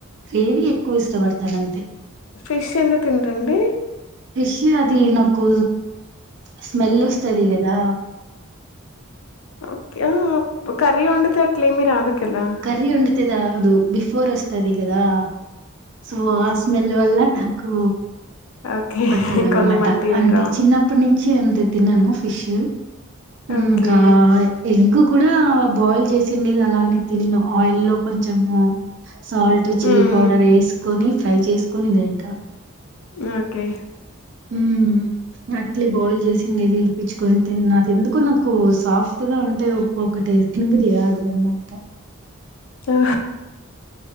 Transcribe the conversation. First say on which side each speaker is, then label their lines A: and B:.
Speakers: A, on the right (about 55°); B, on the left (about 70°).
A: గ్రేవీ ఎక్కువ ఇష్టపడతాను అంతే
B: ఫిష్ అందు తింటండి
A: పిష్యూ అది నాకు స్మెల్ వస్తది గదా
B: ఓకే ఆ ప్పుడ్ కర్రీ వండితే అట్లే ఏమి రాదు కదా
A: కర్రీ వండితే అది ఆగదు బిఫోర్ వస్తది గదా సో ఆ స్మెల్ వల్ల నాకు
B: ఓకే
A: పట్టదన్మాట
B: కొంతమంది తినరా
A: అంటే చిన్నప్పుడు న్ నుంచి అంతే తినను ఫిష్ ఇంకా
B: ఓకే
A: ఎగ్ కూడా బాయిల్ చేసిండేది అలాగనే తిన్ను ఆయిల్ లో కొంచము సాల్ట్ చిల్లీ
B: హ్మ్.
A: పౌడర్ ఎసుకొని ఫ్రై చేసుకొని తింట
B: ఓకే
A: ఉమ్ అట్లీ బాయిల్ చేసిండేది ఇడిపచ్చుకొని తిన్న నాక్ ఎందుకో నాకు సాఫ్ట్ గా ఉంటె ఒక్కొక్కటి తిన బుద్ధి కాదు అనమాట.
B: ఆ